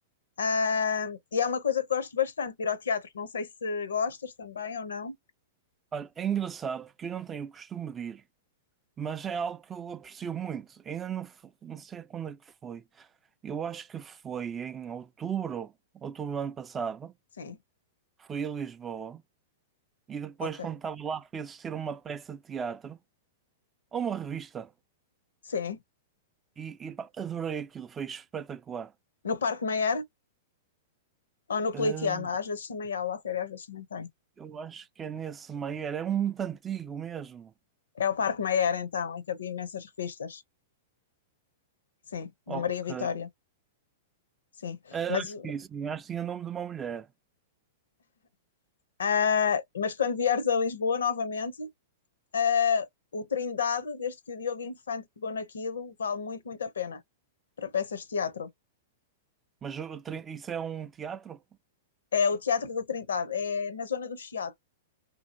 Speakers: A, on the left; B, on the right.
A: Ah, e é uma coisa que gosto bastante, de ir ao teatro. Não sei se gostas também ou não.
B: Olha, é engraçado porque eu não tenho o costume de ir, mas é algo que eu aprecio muito. Ainda não, f- não sei quando é que foi. Eu acho que foi em outubro, outubro do ano passado.
A: Sim,
B: Fui a Lisboa e depois,
A: ok.
B: quando estava lá, fui assistir uma peça de teatro ou uma revista.
A: Sim.
B: E, e, pá, adorei aquilo, foi espetacular.
A: No Parque Mayer ou no
B: Hum,
A: Politeama, às vezes também há, lá férias, às vezes também tem.
B: eu acho que é nesse Maier, é um muito antigo mesmo.
A: É o Parque Mayer, então, em que havia imensas revistas. Sim, no
B: Ok.
A: Maria Vitória. Sim.
B: Ah,
A: Mas,
B: acho que sim, acho que tinha o nome de uma mulher.
A: ah, mas quando vieres a Lisboa novamente, ah, o Trindade, desde que o Diogo Infante pegou naquilo, vale muito, muito a pena para peças de teatro.
B: Mas o tri- isso é um teatro?
A: É o Teatro da Trindade, é na zona do Chiado.